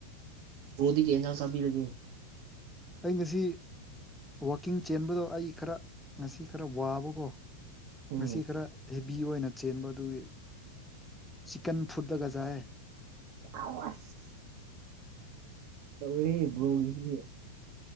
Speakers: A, on the right; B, in the centre.
A: ꯕ꯭ꯔꯣꯗꯤ ꯀꯩ ꯏꯟꯖꯥꯡ ꯆꯥꯕꯤꯔꯒꯦ꯫
B: ꯑꯩ ꯉꯁꯤ ꯋꯥꯛꯀꯤꯡ ꯆꯦꯟꯕꯗꯣ ꯑꯩ ꯈꯔ ꯉꯁꯤ ꯈꯔ ꯋꯥꯕꯀꯣ꯫
A: ꯎꯝ
B: ꯉꯁꯤ ꯈꯔ꯫ ꯍꯦꯕꯤ ꯑꯣꯏꯅ ꯆꯦꯟꯕ ꯑꯗꯨꯒꯤ ꯆꯤꯛꯀꯟ ꯐꯨꯠꯇꯠꯇꯒꯖꯥꯏ꯫
A: ꯁꯕꯁ ꯇꯧꯔꯦꯍꯦ ꯕ꯭ꯔꯣꯒꯤꯁꯦ꯫